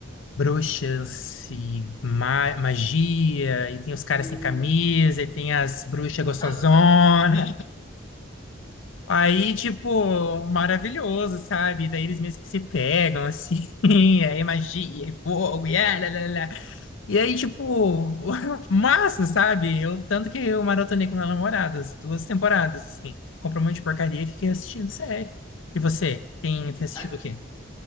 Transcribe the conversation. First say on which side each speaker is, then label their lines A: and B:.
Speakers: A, on the left (about 75°); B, on the left (about 20°).
A: bruxas e ma- magia, e tem os caras
B: Hum.
A: sem camisa, e tem as bruxas gostosonas.
B: Ah,
A: Aí, tipo, maravilhoso, sabe? Daí eles mesmo que se pegam, assim, <laughs> aí é magia, e fogo, e ah, lá, lá, lá. E aí, tipo, <laughs> massa, sabe? Eu, tanto que eu maratonei com meu namorado, as duas temporadas, assim. Comprou um monte de porcaria e fiquei assistindo série. E você, tem, tem assistido
B: ai,
A: o quê?